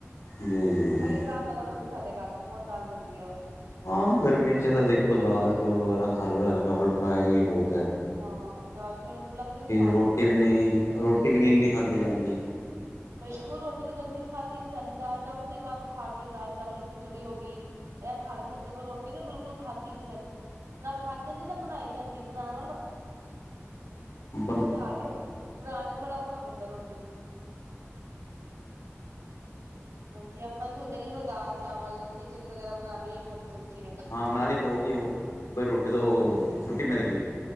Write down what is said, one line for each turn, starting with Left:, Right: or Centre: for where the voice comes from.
Left: ਜੀ ਜੀ ਜੀ
Right: ਆਈਓ ਦਾਲ ਜ਼ਿਆਦਾ ਬਣਦੀ ਸਾਡੇ ਘਰ, ਬਹੁਤ ਦਾਲ ਬਣਦੀ ਆ ਵੀ।
Left: ਹਾਂ ਗਰਮੀ ਚ ਤਾਂ ਦੇਖੋ ਦਾਲ -ਚੌਲ ਵਗੈਰਾ ਖਾ ਲਵੇ, ਹਲਕਾ- ਫੁਲਕਾ ਇਹ ਹੀ ਬਹੁਤ ਐ।
Right: ਹਾਂ ਦਾਲ- ਚੌਲ ਲੱਗਦੇ ਵੀ ਸਵਾਦ
Left: ਰੋਟੀ
Right: ਨੇ ਦੇਖੋ।
Left: ਵੀ ਨਹੀਂ ਰੋਟੀ ਵੀ ਨਹੀਂ ਇੰਨੀ ਖਾਧੀ ਜਾਂਦੀ
Right: ਬਿਲਕੁਲ ਰੋਟੀ ਤਾਂ ਗਰਮੀ ਚ ਖਾਧਦੀ ਨੀ ਜਾਂਦੀ, ਦਾਲ ਚਾਵਲ ਤੁਸੀ ਇੱਕ ਵਾਰ ਨੂੰ ਖਾ ਵੀ ਲਓ, ਦਾਲ ਚਾਵਲ ਚਿੜੀ ਹੋ। ਗੀ ਇਹ ਖਾ ਵੀ ਸਕਦੇ, ਪਰ ਰੋਟੀ ਤਾਂ ਬਿਲਕੁਲ ਖਾਧੀ ਨੀ ਜਾਂਦੀ, ਨਾ ਖਾਧੀ ਜਾਂਦੀ ਨਾ ਬਣਾਈ ਜਾਂਦੀ। ਬਣਾ
Left: ਬੰ
Right: ਹਾਲੇ, ਬਣਾਣੇ ਚ ਬੜਾ ਔਖਾ ਪੈਂਦਾ ਰੋਟੀ ਹਾਂਜੀ, ਆਪਾਂ ਤਾਂ ਸੋਚਿਆ ਕਿ ਚਲੋ ਦਾਲ- ਚਾਵਲ, ਖਿਚੜੀ ਵਗੈਰਾ ਬਣਾ ਖਾਧ ਜਾਂਦੀ ਐ।
Left: ਹਾਂ ਨਾਲੇ ਕਹੋਗੀ ਉਹ ਬਈ ਰੋਟੀ ਤੋਂ
Right: ਹਾਂਜੀ
Left: ਛੁੱਟੀ ਮਿਲਗੀ।